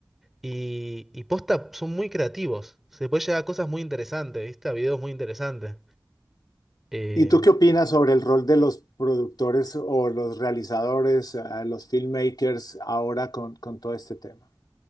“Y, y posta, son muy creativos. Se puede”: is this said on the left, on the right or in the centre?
Centre